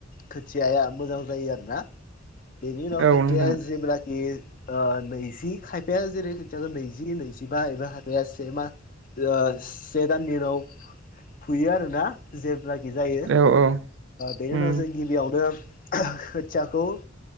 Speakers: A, on the left; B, on the right.
A: खोथियाया मोजां जायो आरोना बेनि उनाव
B: औ
A: खेथ
B: नोंथां
A: जेब्लाखि नैजि खायफाया जेरै खिन्थागोन नैजि नैजिबा एबा खायफाया से मा सेदान नि उनाव फुयो आरोना जेब्लखि जायो
B: औ औ
A: बेनि
B: उम
A: उनाव जों गिबियावनो खोथियाखौ